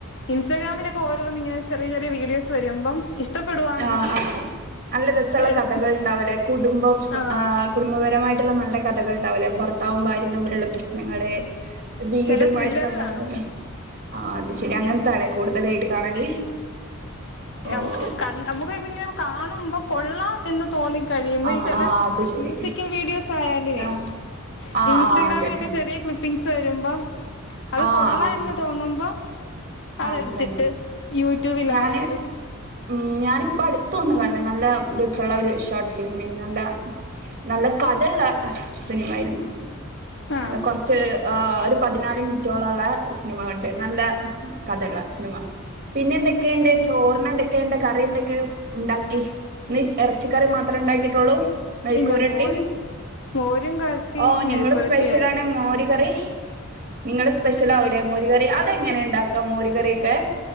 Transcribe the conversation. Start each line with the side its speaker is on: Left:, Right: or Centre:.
Left: ഇൻസ്റ്റഗ്രാമിലൊക്കെ ഓരോന്നിങ്ങനെ ച് ചെറിയ ചെറിയ വീഡിയോസ് വരുമ്പം ഇഷ്ടപ്പെടുവാണെങ്കിൽ
Right: ആഹ് ആഹ് നല്ല രസ്സള്ള
Left: എടു
Right: കഥകൾ ഇണ്ടാവ് അല്ലെ കുടുംബം പ്
Left: ആഹ്
Right: ആ കുടുംബപര മായിട്ടുള്ള നല്ല കഥകൾണ്ടാവില്ലേ ഭർത്താവും ഭാര്യയും തമ്മിലുള്ളപ്രസ് നങ്ങള് വീടുമായിട്ടൊള്ള
Left: ചില ത്രില്ലർ
Right: ബന്ധങ്ങ
Left: കാണും
Right: ആ അത് ശെരി അങ്ങൻതത്തെ ആണേ കൂടുതലായിട്ട് കാണല്
Left: യമുക്ക്
Right: ഓഹ്
Left: കൺ അമുക്ക് ഇപ്പ ഇങ്ങനെ കാണുമ്പോ കൊള്ളാം എന്ന് തോന്നിപ്പി കഴിയുമ്പോ
Right: ആഹ്
Left: ഈ ചെല
Right: ആഹ് അത് ശരി
Left: മ്യൂസിക്കൽ വീഡിയോസ് ആയാലുവേ
Right: ആഹ് ആഹ്
Left: ഇൻസ്റ്റഗ്രാമിലൊക്കെ
Right: ആഹ് അതന്നെ
Left: ചെറിയ ക്ലിപ്പിംഗ്സ് വരുമ്പോ അത്
Right: ആഹ്
Left: കൊള്ളാം
Right: ആഹ്
Left: എന്ന് തോന്നുമ്പോ അതെടുത്തിട്ട്
Right: അത് തന്നെ
Left: യൂട്യൂബിലായാലും
Right: ഞാന് ഉം ഞാനിപ്പോ അടുത്തൊന്ന് കണ്ട് നല്ല രസോമുള്ള ഒരു ഷോർട്ട് ഫിലിംമിന് നല്ല നല്ല കഥള്ള സിനിമ്മാരുന്നു
Left: ആഹ്
Right: നല്ല കൊറച്ച് ആ ഒരു പതിനാല് മിനിറ്റോളംള്ള സിനിമ കണ്ട് നല്ല കഥള്ള സിനിമ. പിന്നെ എന്തൊക്കെയ്ണ്ട് ചോർനെന്തെക്കെയുണ്ട് കറി എന്തൊക്കെയെഴു ഇണ്ടാക്കി ന്നീജ് എറച്ചിക്കറി മാത്രേ ഇണ്ടാക്കിട്ടോള്ളൂ മെഴുക്കുപുരട്ടീം
Left: ഇല്ല മോര് മോരും കാച്ചി
Right: ഓ
Left: മെഴുക്കുരട്ടിയാക്കി
Right: നിങ്ങള് സ്പെഷ്യലാണ് മോരി കറി നിങ്ങൾടെ സ്പെഷ്യലാവൂലേ മോര് കറി അതെങ്ങനെ ഇണ്ടാക്കാം മോര് കറിയൊക്കെ